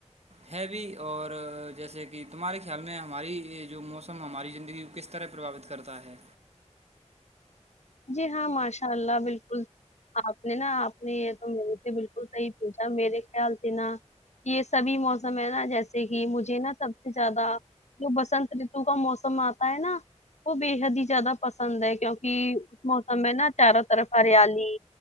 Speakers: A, on the right (about 60°); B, on the left (about 70°).
A: ہےوی اور جیسے کہ تمہارے خیال میں ہماری جو موسم ہماری زندگی کو کس طرح پربھوت کرتا ہے
B: جی ہاں ماشاء اللہ بالکل آپ نے نا آپ نے یہ تو مے سے بالکل صحیح پوچھا میرے خیال سے نا یہ سبھی موسم ہے نا جیسے کہ مجھے نا سب سے زیادہ جو بسنت رتو کا موسم آتا ہے نا وہ بے حد ہی زیادہ پسند ہے کیونکہ موسم میں نا چاروں طرف ہریالی